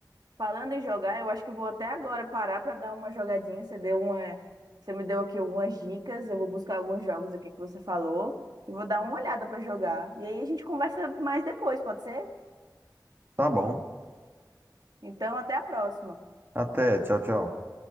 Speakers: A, on the right; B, on the right.
A: Falando em jogar, eu acho que vou até agora parar para dar uma jogadinha. Você deu uma, você me deu aqui algumas dicas. Eu vou buscar alguns jogos aqui que você falou e vou dar uma olhada para jogar. E aí a gente conversa mais depois, pode ser?
B: Tá bom.
A: Então, até a próxima.
B: Até, tchau, tchau.